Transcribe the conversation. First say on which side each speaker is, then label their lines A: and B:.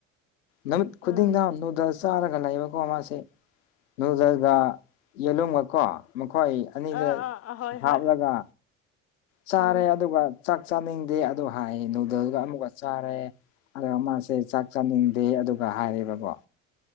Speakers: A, on the left; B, on the left.
A: ꯅꯨꯃꯤꯠ ꯈꯨꯗꯤꯡꯗ
B: ꯎꯝ
A: ꯅꯨꯗꯜꯁ ꯆꯥꯔꯒ ꯂꯩꯏꯕꯀꯣ ꯃꯥꯁꯦ ꯅꯨꯗꯜꯒ ꯌꯦꯂꯨꯝꯒ ꯀꯣ ꯃꯈꯣꯏ ꯑꯅꯤꯗ
B: ꯑꯥ ꯑꯥ ꯑꯥ ꯍꯣꯏ
A: ꯍꯥꯞꯂꯒ
B: ꯍꯣꯏ
A: ꯆꯥꯔꯦ
B: ꯎꯝ
A: ꯑꯗꯨꯒ ꯆꯥꯛ ꯆꯥꯅꯤꯡꯗꯦ ꯑꯗꯨ ꯍꯥꯏꯌꯦ ꯅꯨꯗꯜꯒ ꯑꯃꯨꯛꯒ ꯆꯥꯔꯦ ꯑꯗ ꯃꯥꯁꯦ ꯆꯥꯛ ꯆꯥꯅꯤꯡꯗꯦ ꯑꯗꯨꯒ ꯍꯥꯏꯔꯦꯕꯀꯣ